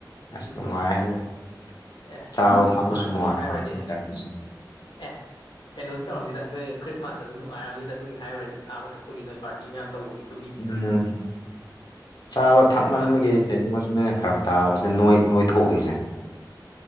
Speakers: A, on the left (about 60°); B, on the left (about 85°).
A: ꯑꯁ
B: ꯗꯨꯕꯨꯗꯤ
A: ꯅꯨꯡꯉꯥꯏ ꯑꯗꯨꯗꯤ
B: ꯑꯦ
A: ꯆꯥꯕ
B: ꯑꯗꯨꯒꯤ ꯅꯨꯡꯉꯥꯏꯕꯒꯤ
A: ꯊꯛꯄꯁꯨ ꯅꯨꯡꯉꯥꯏꯕ
B: ꯍꯥꯏꯔꯨꯔꯗꯤ
A: ꯋꯤꯟꯇꯔꯗꯁꯨ
B: ꯑꯦ ꯀꯩꯅꯣꯖꯨ ꯇꯧꯔꯝꯅꯤꯗ ꯅꯣꯏ ꯈ꯭ꯔꯤꯁꯃꯥꯁꯇꯖꯨ ꯅꯨꯡꯉꯥꯏꯔꯝꯅꯤꯗ ꯑꯗꯨꯒꯤ ꯍꯥꯏꯔꯨꯔꯗꯤ ꯆꯥꯕ ꯊꯛꯄꯒꯤ ꯅꯣꯏ ꯄꯥꯔꯇꯤ ꯃꯌꯥꯝ ꯇꯧꯕꯒꯤ
A: ꯎꯝ ꯆꯥꯕ
B: ꯈ꯭ꯔꯤꯁꯃꯥꯁꯀꯤ
A: ꯊꯛꯃꯟꯕꯒꯤ <unintelligible> ꯐꯔꯛꯇꯕꯁꯦ ꯅꯣꯏ ꯅꯣꯏꯊꯣꯛꯏꯁꯦ